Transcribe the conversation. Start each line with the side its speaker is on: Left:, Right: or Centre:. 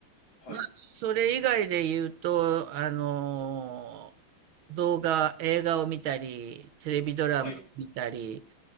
Left: はい、
Right: まあ、それ以外で言うと、あの動画、映画を見たり、テレビドラマを見たり、
Left: はい、